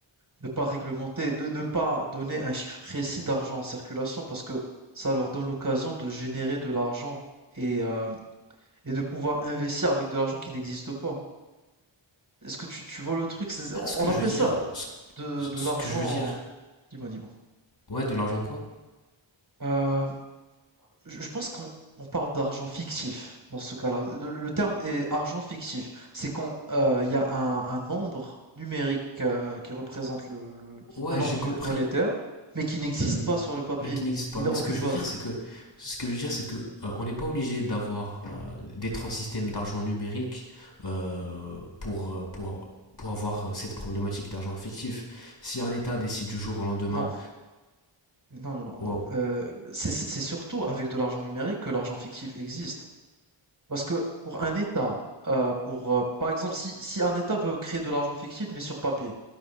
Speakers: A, on the right; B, on the left.
A: de pas réglementer, de ne pas donner un chiffre précis d'argent en circulation parce que ça leur donne l'occasion de générer de l'argent et, euh, et de pouvoir investir avec de l'argent qui n'existe pas. Est-ce que tu, tu vois le truc? C'est-
B: Ah,
A: On
B: ce que
A: appelle
B: je veux dire,
A: ça
B: ce,
A: de,
B: ce
A: de l'argent.
B: que je veux dire,
A: Dis-moi, dis-moi.
B: ouais, de l'argent quoi?
A: Euh, Je je pense qu'on on parle d'argent fictif dans ce cas-là. Le, le terme est argent fictif. C'est quand euh, il y a un, un nombre numérique euh, qui représente le, le-
B: Ouais,
A: un nombre
B: j'ai
A: nu-
B: compris.
A: monétaire, mais qui n'existe
B: Hmm.
A: pas sur le papier.
B: Mais qui n'existe pas.
A: Il
B: Mais
A: n'a aucune
B: ce que je
A: base.
B: veux dire, c'est que, ce que je veux dire, c'est que euh, on n'est pas obligé d'avoir euh, d'être en système d'argent numérique euh, pour, euh, pour, pour avoir cette problématique d'argent fictif. Si un État décide du jour au lendemain,
A: Non, non, non, non,
B: oh,
A: non. Euh, c'est c'est- c'est surtout avec de l'argent numérique que l'argent fictif existe. Parce que pour un État, euh, pour euh, par exemple, si, si un État veut créer de l'argent fictif mais sur papier,